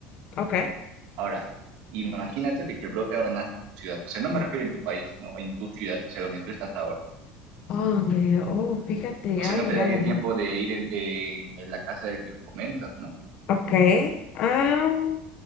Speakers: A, on the left (about 50°); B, on the right (about 70°).
A: Ok.
B: Ahora, imagínate de que el brote ahora nace en tu ciudad. O sea, no me refiero en tu país, no, en tu ciudad, o sea, donde tú estás ahora.
A: Oh, Dios. Oh, fíjate.
B: O sea,
A: Ay,
B: no te daría
A: ay, ay,
B: tiempo
A: ay.
B: de ir en, en- en la casa del que me comentas, ¿no?
A: ay. Ok.